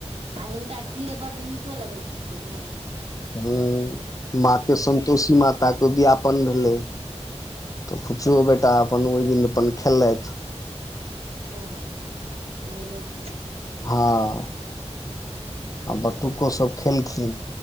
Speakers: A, on the right; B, on the left.
A: आ हिनका खीर बड्ड नीको लगैत छनि कि ने
B: ह माँके सन्तोषी माताके उद्यापन भेलै तऽ पुछियौ बेटा
A: अच्छा
B: अपन ओहि दिन अपन खेललयथ
A: हँ मनेके
B: हाँ आ बटुकोसब खेलखिन